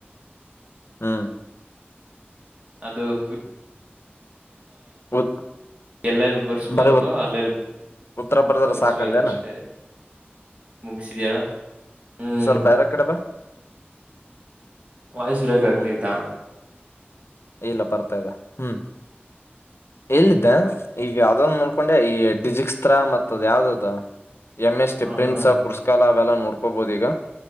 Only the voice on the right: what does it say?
ಅದು <unintelligible>
ಎಲ್ಲೆಲ್ಲಿ ಕುರ್ಸ್ಬೋಕೋ
ಅಲ್ಲೆಲ್ಲಿ
ತರ್ಸ್ಬೇಕಷ್ಟೆ
ಮುಗಿಸಿದ್ಯಾ ಹ್ಮ್
ವಾಯ್ಸುರೇಜ ಆಗ್ತೈತ
ಹಾ ಹಾ